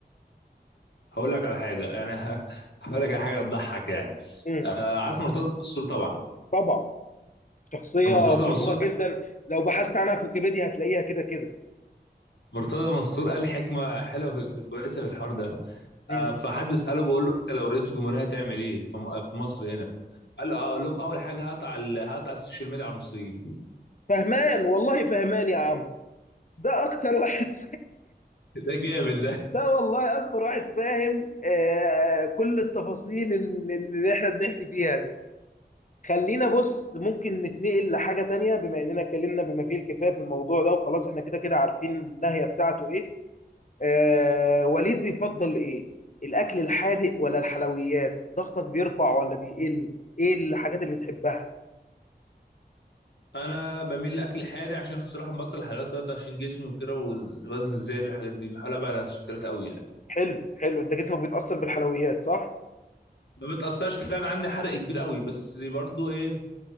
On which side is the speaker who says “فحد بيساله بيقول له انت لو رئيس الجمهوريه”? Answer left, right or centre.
Left